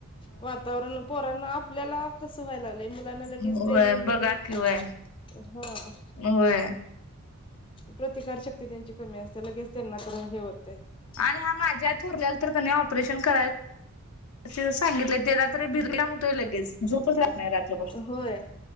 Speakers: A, on the left (about 25°); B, on the left (about 70°).
A: वातावरण पोरांना आपल्याला कसं व्हाय लागलंय मु लांना लगेच
B: होय
A: ते त्यांची
B: बघा कि व्हय
A: हां
B: होय
A: प्रतिकारशक्ती त्यांची कमी असत्या लगेच त्यांनातर हे होत
B: आणि हां माझ्या थोरल्या तर कणे ऑपरेशन कराय च सांगितलंय तेला तरी <unintelligible> होतोय लगेच झोपच लागत नाही रात्रभर
A: होय.